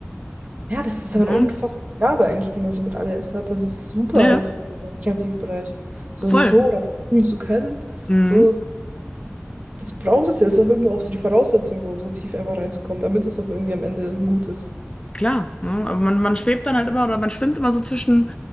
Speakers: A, on the right; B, on the left.
A: Ja, das ist
B: Ne?
A: aber eine unfassbare Gabe eigentlich, die man so mit ADS hat. Das ist super
B: Ja, ja,
A: halt für den Kreativbereich. So
B: voll.
A: sich so reinziehen zu können,
B: Mhm,
A: so, das braucht es ja. Das ist auch irgendwie auch so die Voraussetzung, so, so tief einfach reinzukommen, damit es auch irgendwie am Ende gut ist.
B: klar. Ne? Aber man, man schwebt dann halt immer oder man schwimmt immer so zwischen